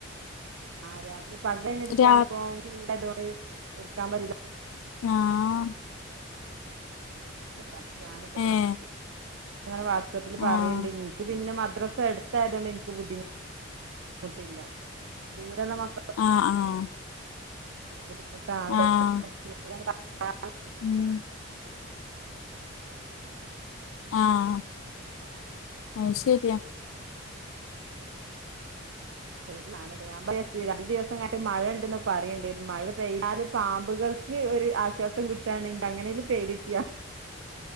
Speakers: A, on the right; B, on the left.
A: ആഹ് രാത്രി പകലെടുക്കാൻ
B: രാ
A: ഇപ്പോ ചൂടായതോണ്ട് എടുക്കാൻ പറ്റൂല.
B: ആഹ്
A: രാത്രിയാണ് ഇപ്പോ ക്ലാസ്സ്
B: ഏഹ്
A: അങ്ങനെ വാട്സആപ്പില് പറയണ്ടി
B: ആഹ്
A: പിന്നെ മദ്രാസ എടുത്തയതൊണ്ട് എനിക്ക് ബുദ്ധിമുട്ടില്ല ദൂരെള്ള മക്കൾ
B: ആഹ് ആഹ്
A: ബുദ്ധിമുട്ടാണ്'
B: ആഹ്
A: ' <inaudible>
B: ഉം ആഹ് അയ്ശരിയാ.
A: ' <inaudible> ' രണ്ട് ദിവസം ങ്ങട്ട് മഴ ഉണ്ടെന്നൊക്കെ പറയണ്ട്. മഴ പെയ്താല് പാമ്പുകൾക്ക് ഒരു ആശ്വാസം കിട്ടും. ണെങ്ക അങ്ങനെലും പേയ്ത് ട്ടൊ.